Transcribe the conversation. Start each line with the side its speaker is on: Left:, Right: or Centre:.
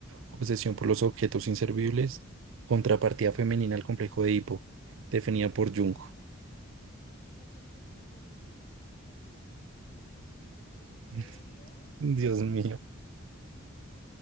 Right: obsesión por los objetos inservibles, contrapartida femenina al complejo de Edipo, definida por Jung.
Left: Creo que obsesión por los objetos inservibles. No. ¿En serio?
Right: <laughs> Dios mío.